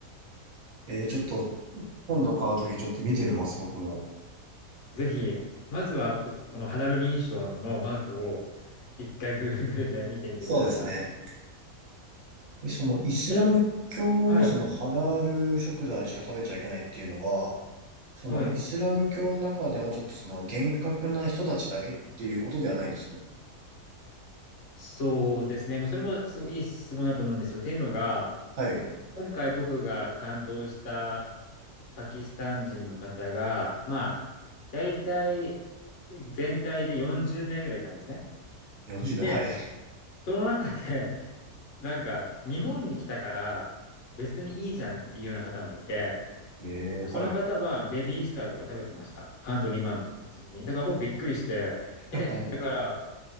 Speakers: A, on the right (about 60°); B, on the left (about 60°).
A: えー、ちょっと、今度買うときちょっと見てみます、僕も。
B: ぜひ、まずはこのハラル認証のマークを一回 Google で見てみてください。
A: そうですね。え、その、イスラム教のそのハラール食材しか食べちゃいけないっていうのは、
B: ちなみに、はい、
A: その、
B: はい。
A: イスラム教の中でもちょっとその、厳格な人たちだけっていうことではないんですか
B: そうですね。まあ、それもすごいいい質問だと思うんですよ。っていうのが、
A: はい。
B: 今回僕が担当したパキスタン人の方が、まあ、大体全体で40名ぐらいいたんですね。
A: 40名、
B: で、
A: はい。
B: その中で、なんか日本に来たから別にいいじゃんっていうような方もいて、
A: ええ、
B: その方はベビースターとか食べてました。
A: はい。
B: カントリーマームとか普通に。だから僕びっくりして、
A: <laughs>
B: え、
A: はい。
B: だから、